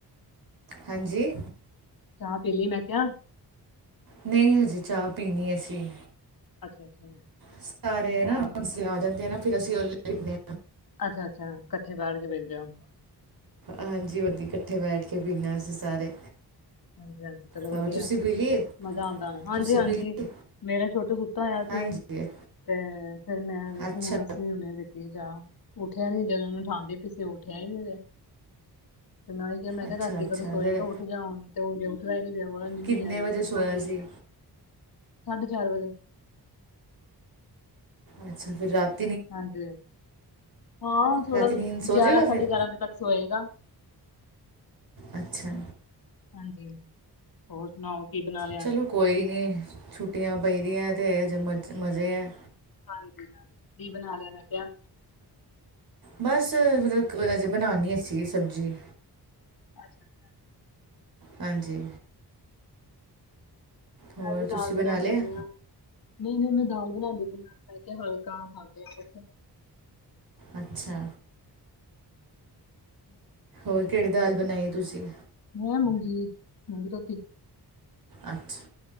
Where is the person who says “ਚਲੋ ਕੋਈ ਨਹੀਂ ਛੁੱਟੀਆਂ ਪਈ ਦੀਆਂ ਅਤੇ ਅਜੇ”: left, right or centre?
Right